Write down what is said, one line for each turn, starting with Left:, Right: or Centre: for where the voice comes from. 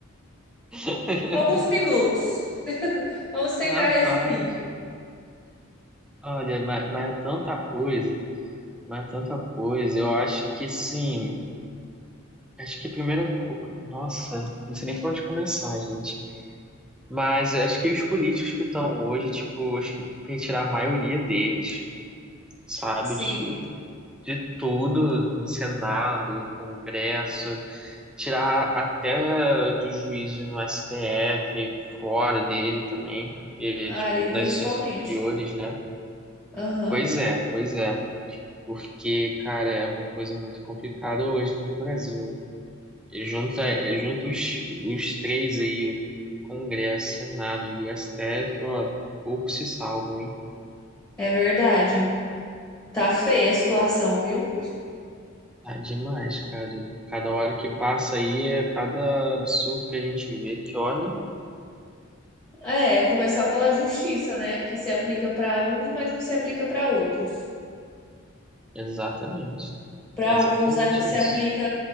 Centre: <laughs>
Left: Alguns minutos. <laughs> Vamos tentar
Centre: Rapaz,
Left: resumir.
Centre: olha, mas, mas é tanta coisa, mas é tanta coisa. Eu acho que sim, acho que a primeira coisa. Nossa, não sei nem por onde começar, gente. Mas eu acho que os políticos que estão hoje, tipo, acho que retirar a maioria deles, sabe?
Left: Sim,
Centre: De de tudo, de Senado, Congresso. tirar até que o juízo no STF fora dele também, porque, tipo,
Left: ali
Centre: nas
Left: principalmente.
Centre: instâncias superiores, né?
Left: Aham,
Centre: Pois é, pois é. Porque, cara, é uma coisa muito complicada hoje aqui no Brasil. né? E Junta, é, junta os, os três aí, o Congresso, Senado e o STF, ó, pouco se salvam, hein?
Left: é verdade. Tá feia a situação, viu?
Centre: Tá demais, cara. Cada hora que passa aí é cada absurdo que a gente vê que olha.
Left: É, começar pela justiça, né, que se aplica pra uns, mas não se aplica pra outros.
Centre: Exatamente.
Left: Para
Centre: Exatamente
Left: alguns a- se
Centre: isso.
Left: aplica